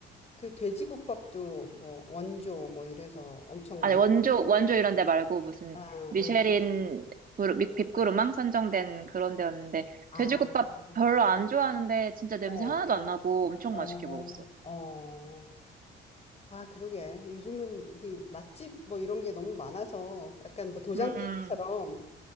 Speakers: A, on the left (about 30°); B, on the right (about 45°).
A: 그 돼지국밥도 뭐 원조 뭐 이래서 엄청
B: 아니
A: 많던데.
B: 원조 원조 이런 데 말고 무슨
A: 아,
B: 미쉐린
A: 아,
B: 그루- 빅- 빅그루망 선정된 그런 데였는데
A: 아,
B: 돼지국밥
A: 아,
B: 별로 안 좋아하는데 진짜 냄새
A: 어,
B: 하나도 안 나고 엄청
A: 어,
B: 맛있게 먹었어.
A: 어. 아, 그러게. 요즘은 그 맛집 뭐 이런 게 너무 많아서 약간 뭐 도장
B: 음,
A: 깨기처럼